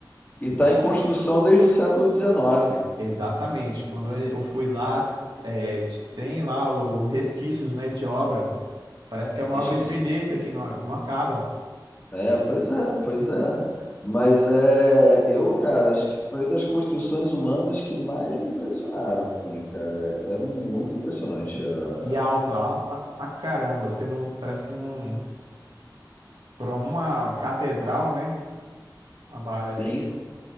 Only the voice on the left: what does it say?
E está em construção desde o século XIX.
Resquício.
É, pois é, pois é. Mas é, eu, cara, acho que foi das construções humanas que mais me impressionaram, assim, cara. É muito impressionante. é.
Sim,